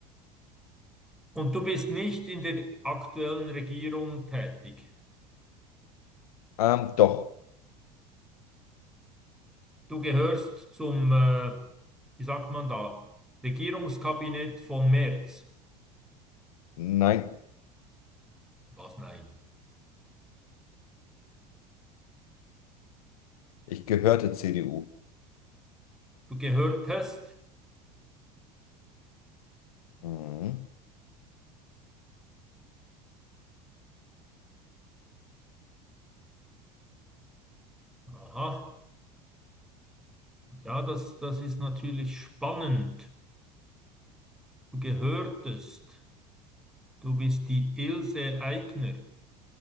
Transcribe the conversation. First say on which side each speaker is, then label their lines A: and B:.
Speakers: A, in the centre; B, on the left.
A: Und du bist nicht in der aktuellen Regierung tätig.
B: Ähm, doch.
A: Du gehörst zum, äh, wie sagt man da, Regierungskabinett von Merz.
B: Nein,
A: Was? Nein.
B: ich gehörte CDU.
A: du gehört hast.
B: Mhm.
A: Aha, ja, das, das ist natürlich spannend. Du gehörtest. Du bist die Ilse Aigner.